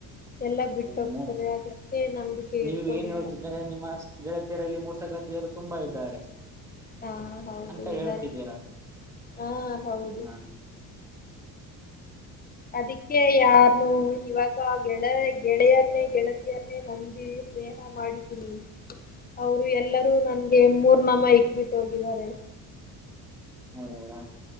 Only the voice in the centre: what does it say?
ಹ್ಮ
ನೀವು
ಏನ್ ಹೇಳ್ತಿದ್ದ್ರ ನಿಮ್ಮ ಗೆಳತೀರಲ್ಲಿ ಮೂರ್ ಸಗತಿಯರು ತುಂಬಾ ಇದ್ದಾರೆ
ಅಂತ
ಹೇಳ್ತಿದ್ದೀರಾ
ಹ
ಹೌ ಹೌದಾ